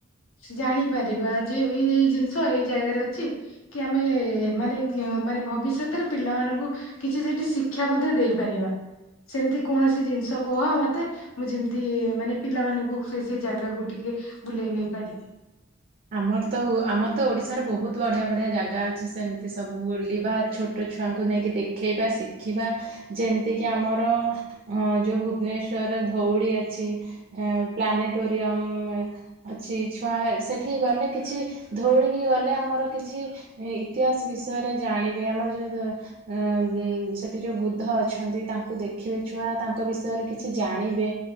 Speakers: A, on the left (about 80°); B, on the right (about 45°).
A: ଜାଣିପାରିବା ଯେ ଏଇ ଏଇ ଜିନିଷ ଏଇ ଜାଗାରେ ଅଛି କି ଆମେ ମାନେ କି ମାନେ ଭବିଷ୍ୟତରେ ପିଲାମାନଙ୍କୁ କିଛି ସେଠି ଶିକ୍ଷା ମଧ୍ୟ ଦେଇପାରିବା ସେମିତି କୌଣସି ଜିନିଷ କୁହ ମ ମୁଁ ଯେମିତି ମାନେ ପିଲାମାନଙ୍କୁ ସେ ସେ ଜାଗାକୁ ଟିକେ ବୁଲେଇ ନେଇ ପାରିବି।
B: ଆମର ତ ଆମର ତ ଓଡିଶାର ବହୁତ ବଢିଆ ବଢିଆ ଜାଗା ଅଛି ସେମିତି ସବୁ ବୁଲିବା ଛୋ ଛୋଟ ଛୁଆଙ୍କୁ ନେଇକି ଦେଖେଇବା ଶିଖିବା ଯେମିତିକି ଆମର ଅ ଯୋଉ ଭୁବନେଶ୍ଵରରେ ଧଉଳି ଅଛି, ଉଁ ପ୍ଲାନେଟୋରିୟମ। ଅଛି ଛୁଆ ସେଠି ଗଲେ କିଛି ଧଉଳିକି ଗଲେ ଆମର କିଛି ଇତିହାସ ବିଷୟରେ ଜାଣିବେ, ଆମର ଯୋଉ ସେଠି ଯେଉଁ ବୁଦ୍ଧ ଅଛନ୍ତି ତାଙ୍କୁ ଦେଖିବେ ଛୁଆ ତାଙ୍କ ବିଷୟରେ କିଛି ଜାଣିବେ।